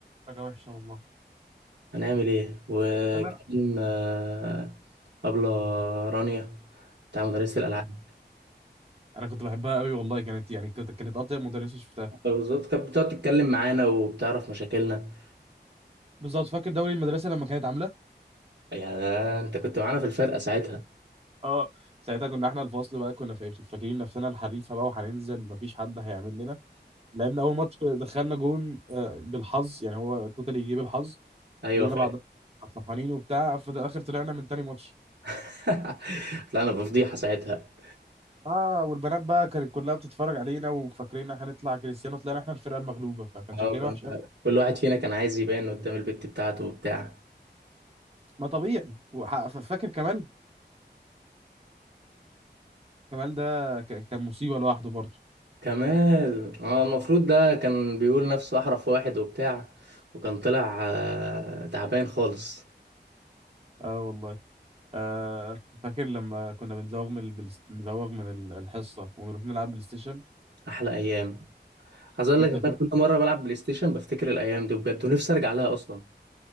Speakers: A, on the right; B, on the right.
A: درجة وحشة والله
B: هنعمل ايه وكمان
A: لا لا.
B: آه، أبلة رانيا بتاع مدرسة الألعاب
A: انا كنت بحبها قوي والله كانت يعني كانت كانت اطيب مدرسه شفتها
B: آه، بالظبط كانت بتقعد تتكلم معانا وبتعرف مشاكلنا
A: بالظبط فاكر دوري المدرسه لما كانت عامله
B: يا ده انت كنت معانا في الفرقة ساعتها
A: اه ساعتها كنا احنا الفصل بقى كنا فا- فاكرين نفسنا الحريفه بقى وهننزل مفيش حد هيعمل لنا لعبنا اول ماتش دخلنا جون آه، بالحظ يعني هو توتالي يجيب الحظ
B: ايوه
A: فضلنا
B: فاكر
A: بعد فرحانين وبتاع في الاخر طلعنا من تاني ماتش
B: <laughs> طلعنا بفضيحة ساعتها
A: اه والبنات بقى كانت كلها بتتفرج علينا وفاكرين هنطلع كريستيانو طلعنا احنا الفرقه المغلوبه فكان
B: اه
A: شكلنا
B: كنا
A: وحش قوي
B: كل واحد فينا كان عايز يبان قدام البت بتاعته وبتاع
A: ما طبيعي وح- ف- فاكر كمال كمال ده ك- كان مصيبه لوحده برضه
B: كمال اه المفروض ده كان بيقول نفسه احرف واحد وبتاع وكان طلع آه، تعبان خالص
A: اه والله آه فاكر لما كنا بنزوغ من البلس... بنزوغ من ال- الحصه ونروح نلعب بلاي ستيشن
B: احلى ايام عايز اقول
A: بيس
B: لك ان
A: 2000
B: انا كل مره بلعب بلاي ستيشن بفتكر الايام دي بجد ونفسي ارجع لها اصلا